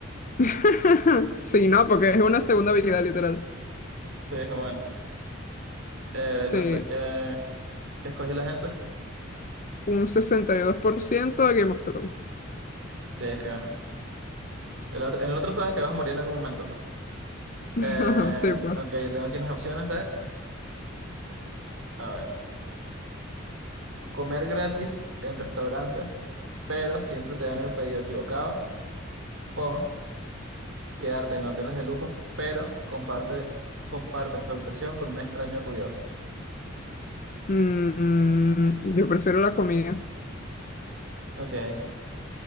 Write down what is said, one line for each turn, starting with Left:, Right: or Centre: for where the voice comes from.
Left: <laughs> Sí, no, porque es una segunda vida, literal.
Right: Sí, es que bueno. Eh,
Left: Sí,
Right: no sé qué, qué escogió la gente.
Left: un 62% de Game of Thrones.
Right: Sí, es que bueno. El otro, en el otro sabes que vas a morir en algún momento, pues.
Left: <laughs>
Right: Eh,
Left: Sí, pues.
Right: ok, yo tengo aquí unas opciones de, a ver, comer gratis en restaurantes, pero siempre te dan el pedido equivocado, o quedarte en hoteles de lujo, pero comparte, compartes tu habitación con un extraño ruidoso.
Left: Mm, yo prefiero la comida.
Right: Ok. Eh,